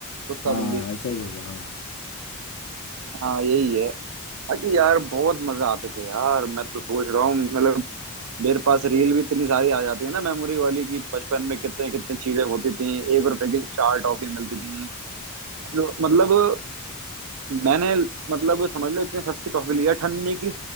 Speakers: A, on the right; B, on the left.
A: कुत्ता
B: हाँ
A: बिल्ली
B: ऐसा ही होगा हाँ
A: हाँ यही है बाकी यार बहुत मजा आते थे यार मैं तो सोच रहा हूँ मतलब मेरे पास रील भी इतनी सारी आ जाती है ना मेमोरी वाली कि बचपन में कितने कितने चीजें होती थी एक रुपए की चार टॉफी मिलती थी जो- मतलब मैंने मतलब समझ लो इतने सस्ते टॉफी लिए अठन्ने की